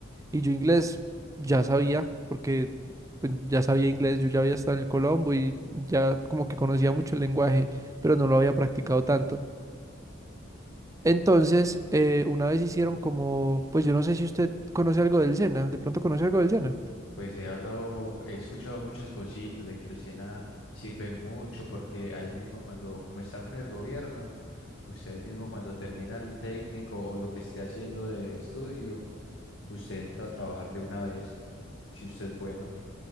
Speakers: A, on the right; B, on the left.
A: Y yo inglés ya sabía, porque pues, ya sabía inglés, yo ya había estado en el Colombo y ya como que conocía mucho el lenguaje, pero no lo había practicado tanto. Entonces, eh, una vez hicieron como, pues yo no sé si usted conoce algo del Sena, de pronto conoce algo del Sena.
B: Pues he hablado, he escuchado muchas cositas de que el SENA sirve mucho porque ahí mismo cuando, como está con el gobierno, usted ahí mismo cuando termina el técnico o lo que esté haciendo de estudio, usted entra a trabajar de una vez, si usted es bueno.